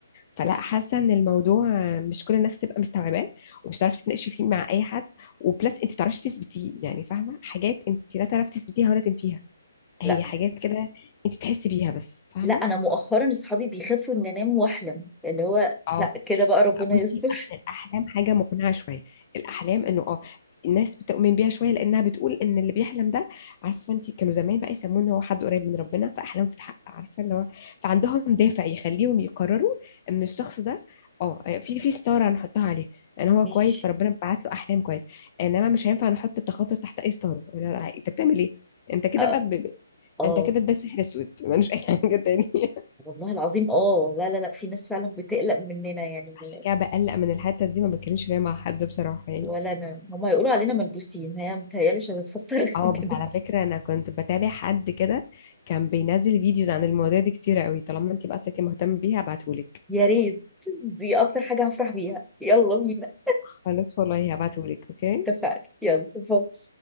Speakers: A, on the left; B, in the centre.
A: فلا حاسه ان الموضوع مش كل الناس تبقى مستوعباه ومش تعرفي تناقشي فيه مع اي حد وبلس انت تعرفي تثبتيه يعني فاهمه حاجات انت لا تعرفي تثبتيها ولا تنفيها هي
B: لا
A: حاجات كده انت تحسي بيها بس فاهمه
B: لا انا مؤخرا اصحابي بيخافوا ان انام واحلم اللي هو
A: اه
B: لا كده بقى ربنا
A: لا بصي
B: يستر
A: اصل الاحلام حاجه مقنعه شويه الاحلام انه اه الناس بتؤمن بيها شويه لانها بتقول ان اللي بيحلم ده عارفه انت كانوا زمان بقى يسمونه هو حد قريب من ربنا فاحلامه بتتحقق عارفه اللي هو فعندهم دافع يخليهم يقرروا ان الشخص ده اه آه، في في ستاره هنحطها عليه ان هو
B: ماشي
A: كويس فربنا بعت له احلام كويس انما مش هينفع نحط التخاطر تحت اي ستاره لا، انت بتعمل ايه انت كده
B: اه
A: بقى ب... ب-
B: اه
A: انت كده ده سحر اسود ملوش اي حاجه تانية <laughs>
B: والله العظيم اه لا لا لا في ناس فعلا بتقلق مننا يعني
A: عشان
B: من-
A: كده بقلق من الحته دي ما بتكلمش فيها مع حد بصراحه يعني
B: ولا انا هما يقولوا علينا ملبوسين هي متهيألي مش هتتفسر
A: اه
B: <laughs>
A: بس
B: كده
A: على فكرة انا كنت بتابع حد كده كان بينزل فيديوز عن المواضيع دي كتير قوي طالما انت بقى طلعتي مهتمة بيها هبعتهولك
B: يا ريت دي اكتر حاجة هفرح بيها يلا بينا
A: خلاص والله هبعتهولك اوكي
B: اتفقنا يلا باي